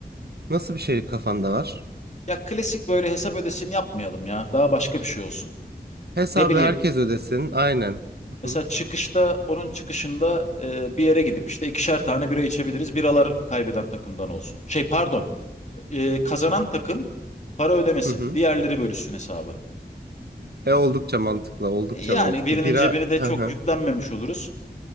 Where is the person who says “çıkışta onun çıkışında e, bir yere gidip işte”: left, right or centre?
Left